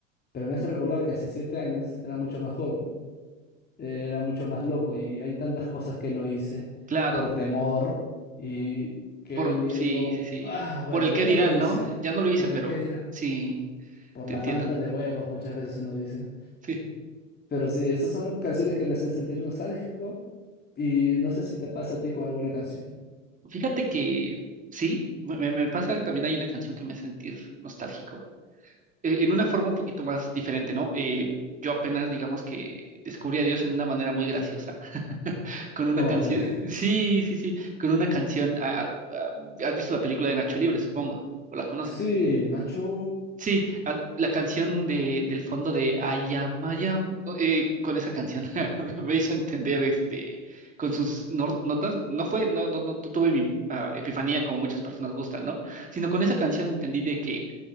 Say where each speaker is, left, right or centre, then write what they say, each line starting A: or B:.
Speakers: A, on the left; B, on the right.
A: pero me hace recordar que hace 7 años era mucho más joven, eh, era mucho más loco y hay tantas cosas que no hice
B: Claro,
A: por temor y que
B: por,
A: hoy en día
B: sí,
A: digo,
B: sí, sí.
A: ah, bueno,
B: Por el qué
A: ya no
B: dirán,
A: lo hice,
B: ¿no? Ya no lo hice,
A: por
B: pero
A: el qué dirán,
B: sí,
A: por
B: te
A: la
B: entiendo.
A: falta de huevos, muchas veces uno dice.
B: Sí.
A: Pero sí, esas son las canciones que me hacen sentir nostálgico y no sé si te pasa a ti con alguna canción.
B: Fíjate que sí, me, me- me pasa, también hay una canción que me hace sentir nostálgico, eh, en una forma un poquito más diferente, ¿no? Eh, yo apenas, digamos que descubrí a Dios en una manera muy graciosa, <laughs> con una
A: ¿Cómo
B: canción,
A: hace? <laughs>
B: sí, sí, sí, con una canción, ah, ah, ah, ¿has visto la película de Nacho Libre, supongo? ¿O la conoces?
A: Sí, Nacho.
B: Sí, ah, la canción de, del fondo de I am, I am, eh, con esa canción <laughs> me hizo entender, este, con sus nor- notas, no fue, no, no, no tuve mi ah, epifanía como muchas personas gustan, ¿no? Sino con esa canción entendí de que,